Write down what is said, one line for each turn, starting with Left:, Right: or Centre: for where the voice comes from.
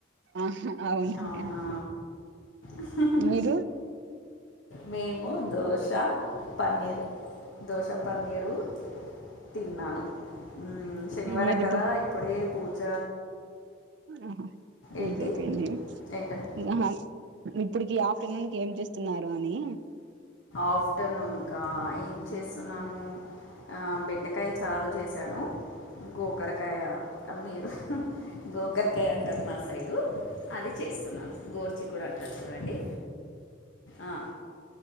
Right: ఆహా అవునక్క
Left: అవునా ఉహుహు
Right: మీరు
Left: మేమ్ ము దోశ పన్నీరు దోశ పన్నీరు తిన్నాను ఉమ్ శనివారం
Right: మరి
Left: కదా ఇప్పుడే పూజ
Right: అహా పూజ
Left: ఏంటి
Right: అయిపోయింది
Left: ఏంట
Right: ఇంగా మామ్ ఇప్పుటికి ఆఫ్టర్నూన్కి ఏం చేస్తున్నారు అని
Left: ఆఫ్టర్నూన్కా ఏం చేస్తున్నాను ఆ బెండకాయి చారు చేశాను గోకరకాయ మీరు హ్ గోకరకాయ అంటారు మా సైడు అది చేస్తున్నాను గోరుచిక్కుడు అంటారు చూడండి ఆ